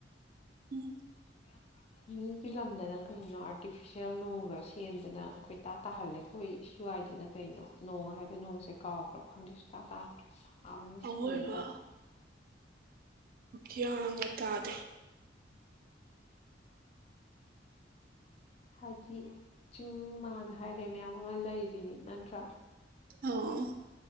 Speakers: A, on the right; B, on the left.
A: ꯎꯝ
B: <unintelligible> ꯃꯤꯒꯤ ꯂꯝꯗꯅ ꯀꯩꯅꯣ ꯑꯥꯔꯇꯤꯐꯤꯁꯦꯜ ꯅꯣꯡꯒ ꯁꯦꯝꯗꯅ ꯀ‌ꯣꯏꯇꯥ ꯇꯥꯍꯜꯂꯦ ꯑꯩꯈꯣꯏ ꯁꯤ ꯍꯥꯏꯗꯅ ꯀꯩꯅꯣ ꯅꯣꯡ ꯍꯥꯏꯕ ꯅꯣꯡꯁꯦ ꯀꯥꯎꯈ꯭ꯔꯥ ꯈꯪꯗꯦ ꯁꯨꯡꯇꯥ ꯇꯥꯗ꯭ꯔꯦ ꯁꯥꯕꯅ
A: ꯑꯋꯣꯏꯕ
B: ꯁꯤꯒ‌ꯦ ꯇꯧꯏ
A: ꯒ꯭ꯌꯥꯟ ꯒ ꯇꯥꯗꯦ
B: ꯍꯥꯏꯗꯤ ꯆꯤꯡ ꯃꯥꯟ ꯍꯥꯏꯔꯦ ꯃꯌꯥꯝ ꯑꯃ ꯂꯩꯔꯤꯅꯤ ꯅꯠꯇ꯭ꯔꯥ
A: ꯑꯧ ꯑꯧ